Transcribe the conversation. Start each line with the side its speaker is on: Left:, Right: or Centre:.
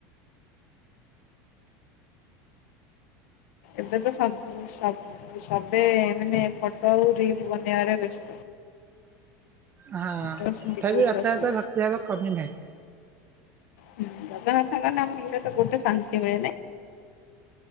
Left: ଏବେ ତ ସବୁ ସବ ସବେ ମାନଃ ଫଟୋ ଆଉ ରିଲ ବନେଇବାରେ ବ୍ୟସ୍ତ।
Right: ହଁ
Left: ଛୋଟ ସେମିତି
Right: ତଥାପି
Left: କୋଉଠୁ
Right: ରଥଯାତ୍ରା
Left: ଆସିବ
Right: ଭକ୍ତି ଭାବ କମି ନାହିଁ।
Left: ହୁଁ, ଜଗନ୍ନାଥଙ୍କ ନାମରେ ତ ଗୋଟେ ଶାନ୍ତି ମିଳେନା।